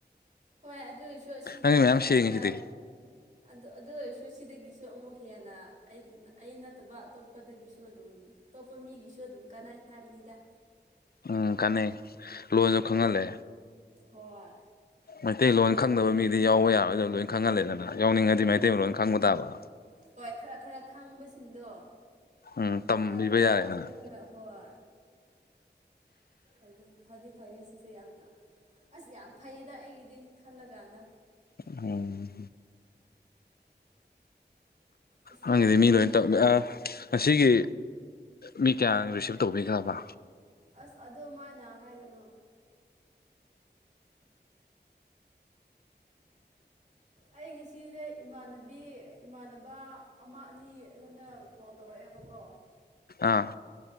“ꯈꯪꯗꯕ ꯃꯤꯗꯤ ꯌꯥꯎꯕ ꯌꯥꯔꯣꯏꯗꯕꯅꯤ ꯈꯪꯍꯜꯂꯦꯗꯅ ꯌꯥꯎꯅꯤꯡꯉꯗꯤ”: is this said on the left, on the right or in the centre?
Left